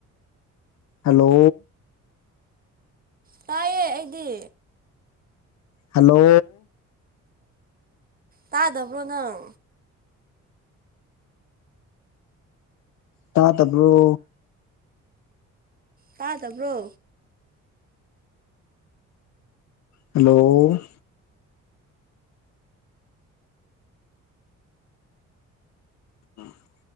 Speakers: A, on the left; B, on the right.
A: ꯍꯂꯣ
B: ꯇꯥꯏꯑꯦ ꯑꯩꯗꯤ
A: ꯍꯂꯣ
B: ꯇꯥꯗꯕ꯭ꯔꯣ ꯅꯪ
A: ꯇꯥꯗꯕ꯭ꯔꯣ
B: ꯇꯥ ꯇꯕ꯭ꯔꯣ
A: ꯍꯜꯂꯣ ꯎꯝ <unintelligible> <inaudible>